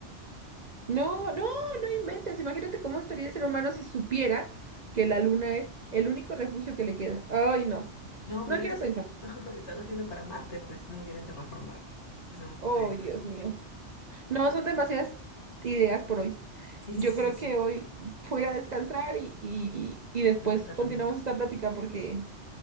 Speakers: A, on the right; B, on the left.
A: No, no, no inventes. Imagínate cómo estaría el ser humano si supiera que la luna es el único refugio que le queda. Ay, no.
B: No,
A: No
B: pero ahorita
A: quiero
B: es-
A: pensar.
B: <laughs> están haciendo para Marte, pues no quieren terraformar esos
A: Ay,
B: proyectos.
A: Dios mío. No, son demasiadas ideas por hoy.
B: Sí,
A: Yo
B: sí, sí,
A: creo
B: sí, sí,
A: que hoy voy a descansar y, y- y después
B: refrescar
A: continuamos
B: la mente.
A: esta plática porque,